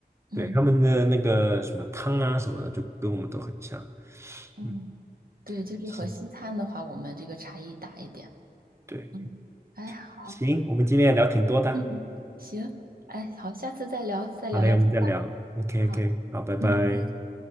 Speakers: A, on the right (about 60°); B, on the right (about 15°).
A: 嗯，
B: 对，他们的那个什么汤啊什么的，就跟我们都很像。
A: 嗯，
B: 嗯，
A: 对，就是和西餐的话，
B: 行，
A: 我们这个差异大一点。
B: 对，
A: 嗯，哎，好。
B: 行，我们今天也聊挺多的。
A: 嗯，行，哎，好，下次再聊，再聊聊。
B: 好嘞，我们再聊。OK，OK，
A: 好，
B: 好，拜拜。
A: 嗯，再见。